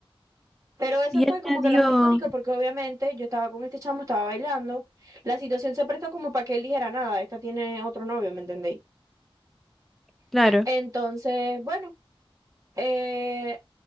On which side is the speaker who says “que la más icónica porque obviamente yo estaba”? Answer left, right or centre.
Right